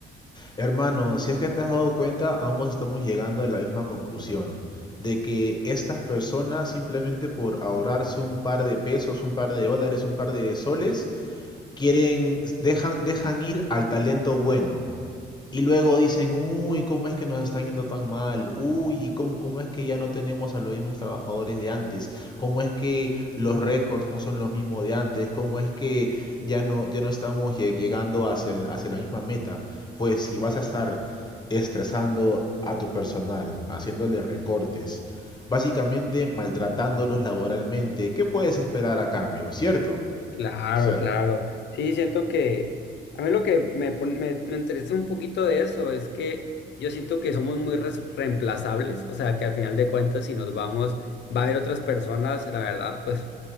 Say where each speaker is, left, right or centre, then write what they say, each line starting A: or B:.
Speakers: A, on the left; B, on the left.
A: Hermano, si es que te has dado cuenta, ambos estamos llegando a la misma conclusión, de que estas personas simplemente por ahorrarse un par de pesos, un par de dólares, un par de soles, quieren, dejan, dejan ir al talento bueno. Y luego dicen, uy, ¿cómo es que nos están yendo tan mal? Uy, ¿cómo, cómo es que ya no tenemos a los mismos trabajadores de antes? ¿Cómo es que los récords no son los mismos de antes? ¿Cómo es que ya no, ya no estamos lle- llegando hacia, el- hacia la misma meta? Pues si vas a estar estresando a tu personal, haciéndole recortes, básicamente maltratándolos laboralmente, ¿qué puedes esperar a cambio? ¿Cierto?
B: Claro,
A: Sí.
B: claro. Sí, siento que a mí lo que me, pon- me, me interesa un poquito de eso es que yo siento que somos muy res- reemplazables, o sea, que al final de cuentas si nos vamos, va a haber otras personas, la verdad, pues,